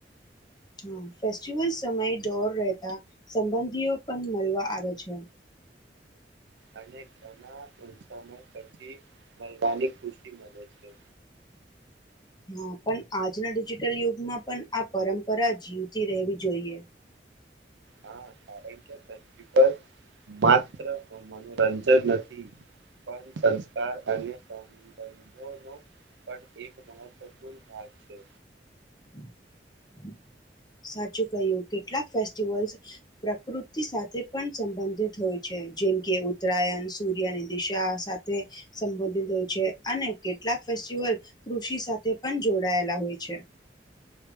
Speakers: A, on the left; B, on the right.
A: હ ફેસ્ટિવલ સમયે દોર રહેતા સંબંધીઓ પણ મળવા આવે છે.
B: અને ઘણા ઉસય પછી મળરવાની ખુશી મળે છે.
A: હા પણ આજના ડિજિટલ યુગમાં પણ આ પરંપરા જીવતી રહેવી જોઈએ.
B: હા કારણ કે <unintelligible> માત્ર મનોરંજન નથી પણ સં સંસ્કાર અને <unintelligible> સંંધો નો બટ એક મહત્વપૂર્ણ ભાગ છે.
A: હમ હમ સાચું કહ્યું કેટલાક ફેસ્ટિવલસ પ્રાકૃતિ સાથે પણ સંબંધિત હોય છે, જેમ કે ઉત્તરાયણ સૂર્યની દિશા સાથે સંબંધિત હોય છે, અને કેટલાક ફેસ્ટિવલ કૃષિ સાથે પણ જોડાયેલા હોય છે.